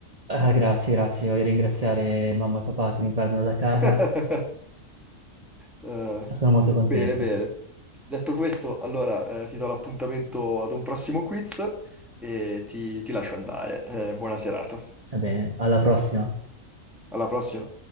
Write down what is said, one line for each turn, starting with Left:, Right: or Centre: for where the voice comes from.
Right: Ah, grazie, grazie. Voglio ringraziare mamma e papà che mi guardano da casa.
Centre: <laughs> Eh,
Right: Sono molto contento.
Centre: bene, bene. Detto questo, allora eh, ti do l'appuntamento ad un prossimo quiz e ti, ti lascio andare. Eh, buona serata.
Right: Va bene, alla prossima.
Centre: Alla prossima.